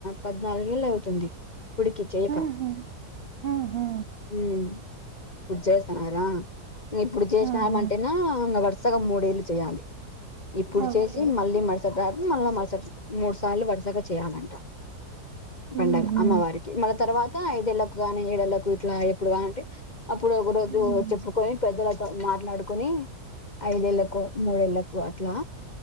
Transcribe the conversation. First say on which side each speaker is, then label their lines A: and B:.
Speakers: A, on the left; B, on the right.
A: పద్నాలుగు ఏళ్ళు అవుతుంది చేయక
B: హు హ్ హు హూ
A: ఉమ్ ఇప్పుడు జేస్తన్నారా ఇప్పుడు జేసినాం
B: ఉహు
A: అంటేనా వర్ సగా మూడేళ్ళు చేయాలి ఇప్పుడు
B: ఓకే
A: చేసి
B: ఓకే
A: మళ్ళీ మరుసట రా మళ్ళా మరుసటి మూడు సార్లు వరుసగా చేయాలంట పండగ
B: ఉహు
A: అమ్మవారికి మల్ల తర్వా త్ ఐదేళ్లకు కానీ ఏడుయేల్లకు అట్లా ఎప్పుడ గాల అంటే అప్పుడు ఒక రోజు
B: ఉమ్
A: చెప్పుకొని పెద్దల మాట్లాడుకుని ఐదుయేల్లకొ మూడుయేల్లకు అ ట్లా